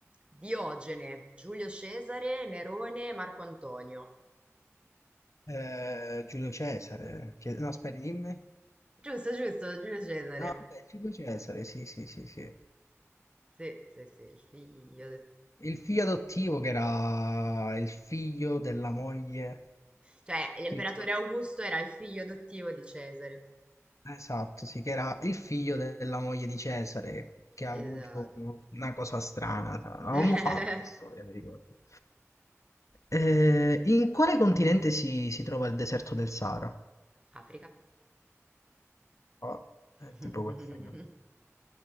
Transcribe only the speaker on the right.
Diogene, Giulio Cesare, Nerone, Marco Antonio.
Giusto, giusto, Giulio Cesare.
Sì, sì, sì, il figlio adottivo.
Cioè, l'imperatore
Augusto era il figlio adottivo di Cesare.
Esatto.
<laughs>
Africa.
<laughs>